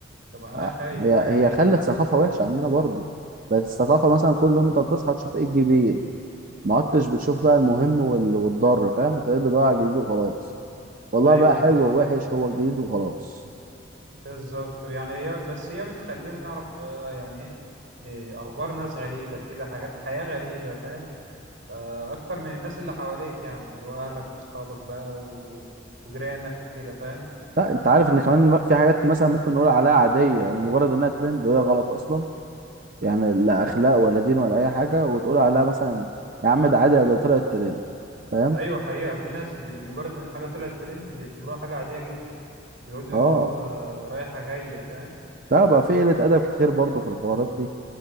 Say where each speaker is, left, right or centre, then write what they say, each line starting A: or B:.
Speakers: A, on the right (about 80°); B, on the right (about 45°).
A: طب انا
B: آه،
A: خايف
B: هي
A: حاجه
B: هي
A: زي دي
B: خلت ثقافه وحشه عندنا برضو بقت الثقافه مثلا كل يوم انت بتصحى تشوف ايه الجديد ما عدتش بتشوف بقى المهم وال- والضار فاهم انت بقيت بتدور على الجديد وخلاص والله
A: ايوه
B: بقى حلو
A: بالظبط
B: ووحش هو الجديد وخلاص
A: بالظبط طب يعني هي بس هي بتخلينا نعرف آه، يعني ايه إيه، اخبار ناس غريبه كده حاجات حياه غريبه فاهم آه، اكتر من الناس اللي حواليك يعني اللي هو اهلك واصحابك بقى و... وجيرانك وكده فاهم
B: لا انت عارف ان كمان في حاجات مثلا ممكن نقول عليها عاديه لمجرد انها ترند وهي غلط اصلا يعني لا اخلاق ولا دين ولا اي حاجه وتقول عليها مثلا يا عم ده عادي ده طلعت ترند فاهم
A: ايوه حقيقه في ناس بمجرد ان حاجه طلعت ترند بيعتبروها حاجه عاديه جدا بيقعدوا
B: اه
A: يقولوها رايحه جايه فاهم
B: لا بقى في قله ادب كتير برضو في الحوارات دي